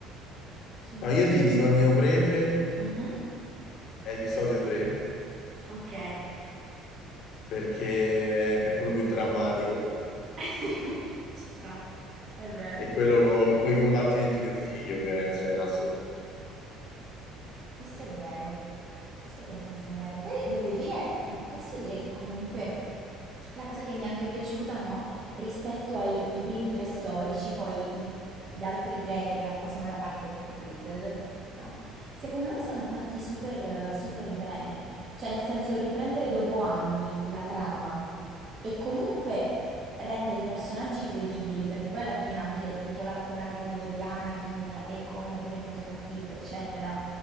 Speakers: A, on the right; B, on the left.
A: Sì.
B: No, io ti dico il mio prefe
A: Mhm.
B: è episodio 3,
A: Ok.
B: perché è quello più drammatico
A: <laughs> Ci sta, è vero.
B: e quello con i combattimenti più fighi, ovviamente, cioè, in assoluto.
A: Questo è vero, questo è abbastanza vero. Poi devo dire, mh, posso dire che comunque la cosa che mi è anche piaciuta, no? Rispetto ai i primi tre storici, poi i- gli altri tre che in realtà sono la parte prequel, no? Secondo me sono fatti super, eh, super bene. Cioè, nel senso, riprendere dopo anni la trama e comunque rendere i personaggi credibili, perché poi alla fine anche tutto l'arco narrativo di Anakin e come è diventato cattivo, eccetera,